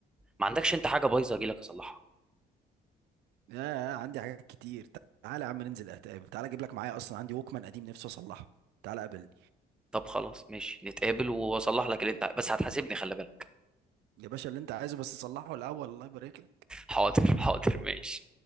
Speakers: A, in the centre; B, on the right.
A: ما عندكش انت حاجه بايظه اجي لك اصلحها
B: يا عندي حاجات كتير تعالى يا عم ننزل اتقابل تعالى اجيب لك معايا اصلا عندي ووكمان قديم نفسي اصلحه تعالى قابلني
A: طب خلاص ماشي نتقابل واصلح لك اللي انت بس هتحاسبني خلي بالك
B: يا باشا اللي انت عايزه بس صلحه الاول الله يبارك لك
A: حاضر حاضر ماشي